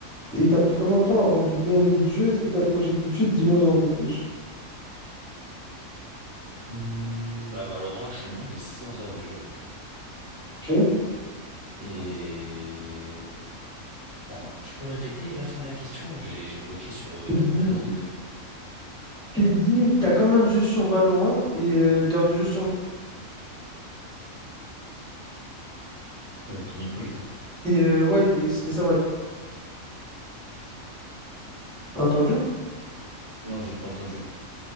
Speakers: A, in the centre; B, on the right.
A: Et t'as pris combien de temps avant de bien aimer le jeu? Est-ce que t'as accroché tout de suite? Dis-moi un peu plus.
B: Hmm, bah, Valorant, actuellement, j'ai 600 heures de jeu.
A: Ok.
B: Et... Attends, tu peux répéter la fin de la question? J'ai, j'ai bloqué sur... euh,
A: T'es
B: t'as
A: dit,
B: combien d'heures de jeu?
A: t'es dit, t'as combien de jeux sur Valorant et euh, d'heures de jeu sur.
B: Euh, ton micro, il coupe.
A: Et euh, ouais, et c'était ça ma. T'as entendu?
B: Non, je l'ai pas entendu.